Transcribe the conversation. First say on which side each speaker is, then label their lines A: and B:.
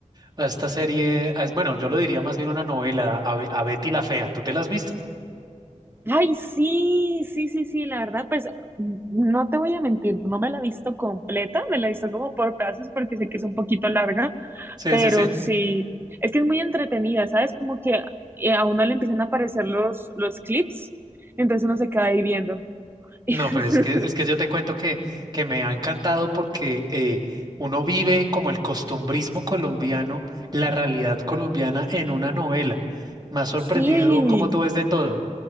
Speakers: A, on the right; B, on the right.
A: a esta serie, a- bueno, yo lo diría más bien una novela, a, Be- a Betty la Fea. ¿Tú te la has visto?
B: Ay, sí, sí, sí, sí. La verdad, pues n- no te voy a mentir, no me la he visto completa, me la he visto como por pedazos porque sé que es un poquito larga,
A: Sí,
B: pero
A: sí, sí.
B: sí, es que es muy entretenida, ¿sabes? Como que eh, a uno le empiezan a aparecer los, los clips, entonces uno se queda ahí viendo. <laughs>
A: No, pero es que, es que yo te cuento que, que me ha encantado porque eh, uno vive como el costumbrismo colombiano, la realidad colombiana en una novela. Me ha sorprendido
B: Sí.
A: cómo tú ves de todo.